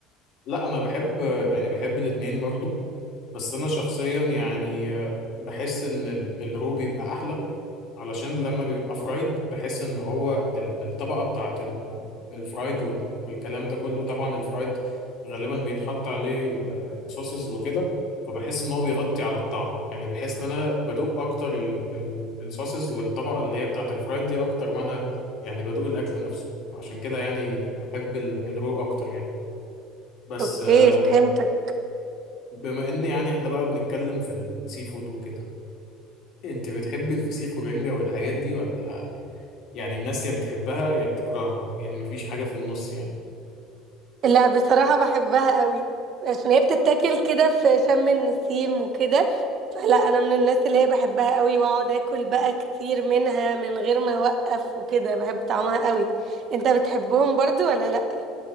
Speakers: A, on the left; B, on the right.
A: لا انا بحب يعني بحب الاتنين برضو بس انا شخصيا يعني آه، بحس ان ال- الرو بيبقى احلى علشان لما بيبقى فرايد بحس ان هو ال- الطبقه بتاعت ال- ال- الفرايد وال- والكلام ده كله طبعا الفرايد غالبا بيتحط عليه صوصز وكده فبحس ان هو بيغطي على الطعم يعني بحس ان انا بدوق اكتر ال- ال- الصوصز والطبقه اللي هي بتاعت الفرايد دي اكتر ما انا يعني بدوق الاكل نفسه فعشان كده يعني بحب ال- الرو اكتر يعني بس
B: اوكي
A: آه،
B: فهمتك
A: بما ان يعني احنا بقى بنتكلم في السي فود وكده انت بتحب الفسيخ والرنجة والحاجات دي ولا يعني الناس يا بتحبها يا بتكرهها يعني مفيش حاجة في النص يعني
B: لا بصراحة بحبها قوي عشان هي بتتاكل كده في شم النسيم وكده فلا انا من الناس اللي هي بحبها قوي واقعد اكل بقى كتير منها من غير ما اوقف وكده بحب طعمها قوي انت بتحبهم برضو ولا لا